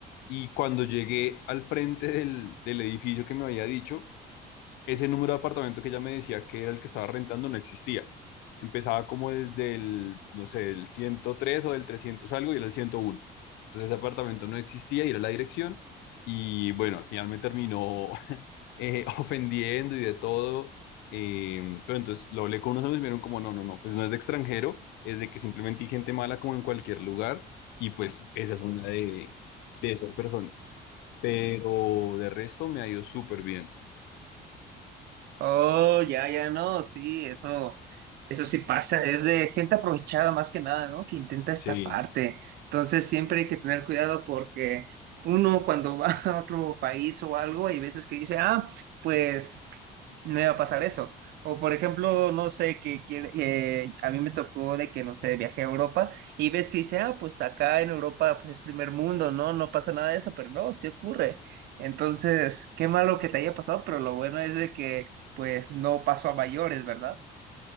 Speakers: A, on the left; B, on the right.
A: Y cuando llegué al frente del, del edificio que me había dicho, ese número de apartamento que ella me decía que era el que estaba rentando no existía. Empezaba como desde el, no sé, el 103 o del 300 algo y era el ciento uno Entonces ese apartamento no existía y era la dirección. Y bueno, al final me terminó <laughs> eh, ofendiendo y de todo. eh, pero entonces lo hablé con unos amigos y me dijeron como, no, no, no, pues no es de extranjero, es de que simplemente hay gente mala como en cualquier lugar. Y pues esa es una de, de esas personas. Pero de resto me ha ido súper bien.
B: Oh, ya, ya no, sí, eso, eso sí pasa, es de gente aprovechada más que nada, ¿no? Que intenta estafarte.
A: Sí.
B: Entonces, siempre hay que tener cuidado porque uno cuando va <laughs> a otro país o algo, hay veces que dice, ah, pues me va a pasar eso. O por ejemplo, no sé, que, que, eh, a mí me tocó de que, no sé, viajé a Europa y ves que dice, ah, pues acá en Europa pues es primer mundo, ¿no? No pasa nada de eso, pero no, sí ocurre. Entonces, qué malo que te haya pasado, pero lo bueno es de que pues no pasó a mayores, ¿verdad?